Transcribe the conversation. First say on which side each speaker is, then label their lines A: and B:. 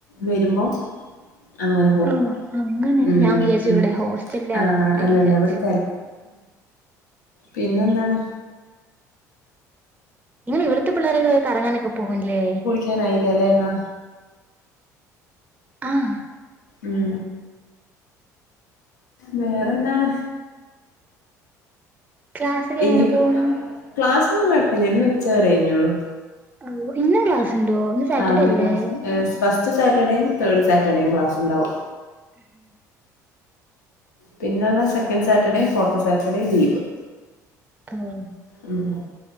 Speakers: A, on the left; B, on the right.
A: വരുമ്പം. അങ്ങനെ പോവും
B: ഓഹ് അങ്ങനെ
A: ഉം
B: ഞാൻ വിചാരിച്ചു
A: ഉം
B: ഇവിടെ ഹോസ്റ്റലിലാകട്ടെ
A: ആഹ് അല്ലല്ല
B: ഞാൻ വിചാരിച്ചു
A: ഇ.. പിന്നെന്താണ്
B: നിങ്ങൾ ഇവിടുത്തെ പിള്ളേൊക്ക കറങ്ങാനൊക്കെ പോകുംല്ലേ
A: ക്കാനായില്ലല്ലേന്നാ.
B: ആഹ്
A: ഉം വേറെന്താണ്
B: ക്ലാസ്സൊക്കെ
A: ഇനിയി
B: എങ്ങനെ
A: പ്പ
B: പോകുന്നു
A: ക്ലാസ്സന്നും കുഴപ്പല്ല്യ ഇന്ന് ഉച്ചവരൊയിഞ്ഞോള്ളൂ.
B: ഓഹ് ഇന്ന് ക്ലാസ്ണ്ടോ ഇന്ന് സാറ്റർഡേല്ലേ
A: ആഹ് ക്ലാസ് ഫസ്റ്റ് സാറ്റർഡയും തേർഡ് സാറ്റർഡേയും ക്ലാസ്ണ്ടാവും.
B: ഉം
A: പിന്നെള്ള second Saturday fourth Saturday leave.
B: ആഹ്
A: ഉം ഉം